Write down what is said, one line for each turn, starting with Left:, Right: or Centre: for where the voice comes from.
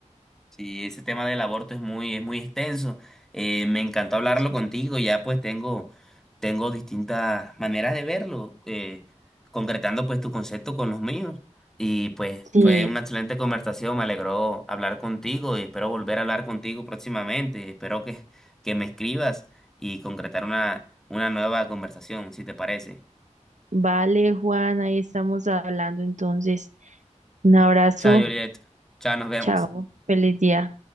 Centre: Sí, ese tema del aborto es muy, es muy extenso. Eh, me encantó hablarlo
Right: Sí.
Centre: contigo. Ya pues tengo, tengo distintas maneras de verlo, eh, concretando pues tu concepto con los míos. Y pues
Right: Sí,
Centre: fue una excelente conversación. Me alegró hablar contigo y espero volver a hablar contigo próximamente. Espero que, que me escribas y concretar una, una nueva conversación, si te parece.
Right: vale, Juan, ahí estamos hablando entonces. Un abrazo,
Centre: Chao, Juliet. Chao, nos vemos.
Right: chao, feliz día.